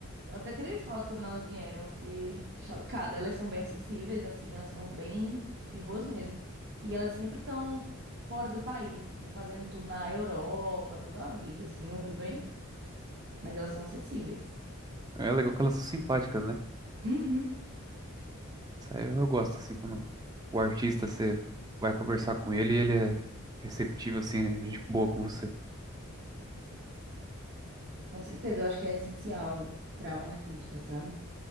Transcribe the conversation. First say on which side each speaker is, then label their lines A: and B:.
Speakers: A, on the right; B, on the right.
A: Eu até tirei foto quando elas vieram, eu fiquei chocada. Elas são bem acessíveis, assim, elas são bem de boas mesmo. E elas sempre estão fora do país, tipo, fazendo tour na Europa, toda a vida, assim, uma coisa bem. Mas elas são acessíveis.
B: É legal que elas são simpáticas, né?
A: Uhum.
B: Isso aí eu gosto, assim, quando o artista, você vai conversar com ele e ele é receptivo, assim, é gente boa com você.
A: Com certeza, eu acho que é essencial para um artista, sabe?